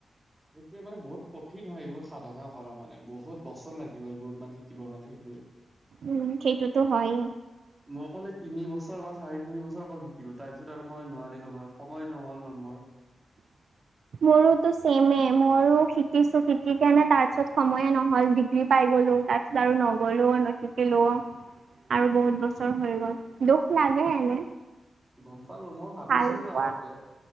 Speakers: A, on the right; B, on the right.
A: সেইটোৱে মানে বহুত কঠিন হয় এইবোৰ সাধনা কৰা মানে বহুত বছৰ লাগিব এইবোৰ মানে শিকিবৰ কাৰণে সেইটো। উ
B: উ সেইটোতো হয়েই
A: মই অ কলে তিনি বছৰ বা চাৰেি তিনি বছৰ অকল শিকিলো তাৰপিছত আৰু মই নোৱাৰিলো মানে সময় নহ'ল ন মোৰ <unintelligible>
B: <inaudible> মোৰোতো চম মইও শিকিছো শিকি কেনে তাৰ পিছত সময়ে নহল ডিগ্ৰী পাই গলো তাৰ পিছত আৰু নগলো নশিকিলো।
A: উম
B: আৰু বহুত বছৰ হৈ গ'ল দুখ লাগে এনে <unintelligible>
A: গম পালো মই ভাবিছিলো
B: ভাল পোৱা
A: আগতে